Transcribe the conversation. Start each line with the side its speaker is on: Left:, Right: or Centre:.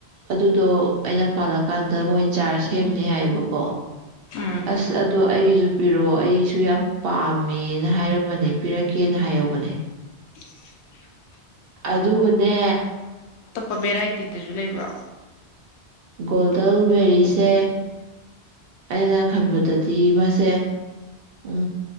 Right: ꯑꯗꯨꯗꯣ ꯑꯩꯅ ꯄꯥꯜꯂꯀꯥꯟꯗ ꯃꯣꯏ ꯆꯥꯔꯖ ꯁꯦꯝꯅꯤ ꯍꯥꯏꯌꯦꯕꯀꯣ
Left: ꯎꯝ
Right: ꯑꯁ ꯑꯗꯣ ꯑꯩꯒꯤꯁꯨ ꯄꯤꯔꯛꯑꯣ ꯑꯩꯁꯨ ꯌꯥꯝ ꯄꯥꯝꯃꯦꯅ ꯍꯥꯏꯔꯝꯕꯅꯦ ꯄꯤꯔꯛꯀꯦꯅ ꯍꯥꯏꯍꯧꯕꯅꯦ
Left: <unintelligible>
Right: ꯑꯗꯨꯒꯅꯦ
Left: ꯦ <unintelligible> ꯇꯤꯠꯇꯁꯨ ꯂꯩꯕ꯭ꯔꯥ
Right: ꯒꯣꯜꯗꯦꯜꯕꯦꯔꯤꯁꯦ ꯑꯩꯩꯅ ꯈꯟꯝꯕꯗ ꯑꯗꯨꯗꯤ ꯃꯥꯁꯦ ꯎ